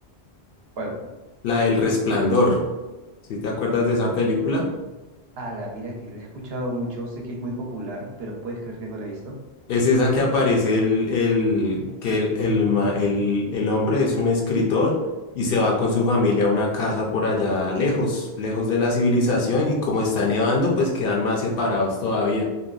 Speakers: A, on the right; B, on the left.
A: ¿Cuál?
B: la del Resplandor. ¿Sí te acuerdas de esa película?
A: Ah, la mira que la he escuchado mucho, sé que es muy popular, pero puedes creer que no la he visto.
B: Es esa que aparece el, el, que el, el, ma- el- el hombre es un escritor y se va con su familia a una casa por allá lejos, lejos de la civilización y como está nevando, pues quedan más separados todavía.